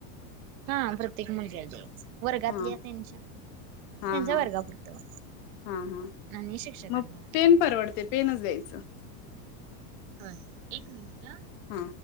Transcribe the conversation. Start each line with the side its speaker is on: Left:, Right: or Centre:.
Right: हा प्रत्येक मुलग्याला द्यायचं वर्गातल्या
Left: हा
Right: त्यांच्या,
Left: हा
Right: त्यांचा
Left: हा
Right: वर्गापुरतं.
Left: हा हा
Right: आणि शिक्षकांना‌.
Left: मग पेन परवडते पेनच द्यायचं.
Right: हो एक मिनिट.
Left: हा.